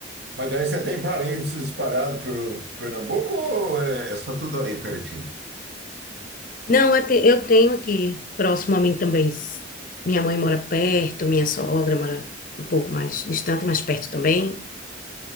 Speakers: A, on the right; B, on the left.
A: Mas daí você tem parentes espalhados por Pernambuco ou é, é só tudo aí pertinho?
B: Não, eu, te- eu tenho aqui, próximo a mim também. Minha mãe mora perto, minha sogra mora um pouco mais distante, mas perto também.